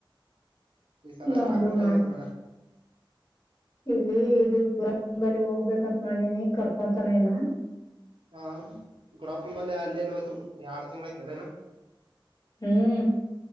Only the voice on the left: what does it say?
ನಮ್ದು
ಮಾಡ್
ಇಲ್ಲಿ ಇದು ಗುರಂಬಳ ಹೋಗ್ಬೇಕಂತ ಮಾಡಿನಿ ಕರ್ಕೊತಾನೆ ಇಲ್ಲ
ಹ್ಮ್